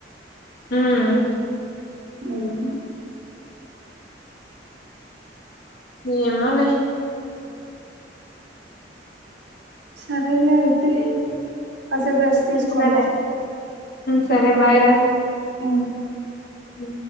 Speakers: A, on the left (about 60°); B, on the right (about 70°).
A: ఉమ్
B: ఉమ్
A: ఏమొలే
B: సరేలే అయితే కాసేపు రెస్ట్ తీసుకుందాం
A: సరే సరే బయ్ రా
B: మ్మ్
A: అ